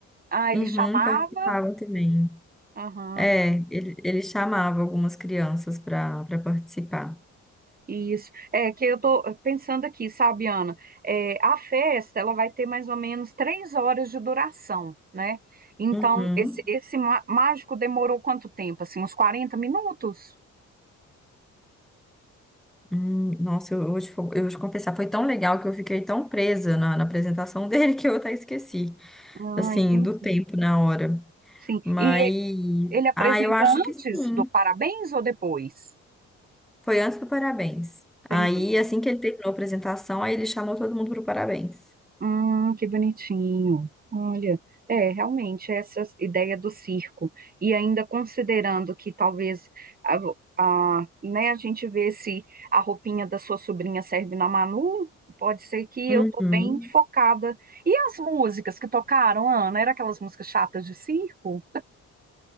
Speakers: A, on the right; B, in the centre.
A: Ah, ele
B: uhum,
A: chamava.
B: participavam também.
A: Aham,
B: É, ele, ele chamava algumas crianças para para participar.
A: isso. É que eu tô pensando aqui, sabe, Ana? É, a festa, ela vai ter mais ou menos três horas de duração, né? Então,
B: Uhum.
A: esse, esse má- mágico demorou quanto tempo? Assim, uns 40 minutos?
B: Hum, nossa, eu, eu, vou te, fo- eu vou te confessar, foi tão legal que eu fiquei tão presa na, na apresentação <laughs> dele que eu até esqueci,
A: Ah,
B: assim,
A: entendi.
B: do tempo na hora.
A: Sim.
B: Mas,
A: E ele apresenta
B: ah, eu acho que
A: antes
B: sim.
A: do parabéns ou depois?
B: Foi antes do parabéns.
A: Entendi.
B: Aí, assim que ele terminou a apresentação, aí ele chamou todo mundo pro parabéns.
A: Hum, que bonitinho. Olha, é, realmente, essa ideia do circo. E ainda considerando que talvez a, a, né, a gente vê se a roupinha da sua sobrinha serve na Manu, pode ser que
B: Uhum.
A: eu tô bem focada. E as músicas que tocaram, Ana? Eram aquelas músicas chatas de circo?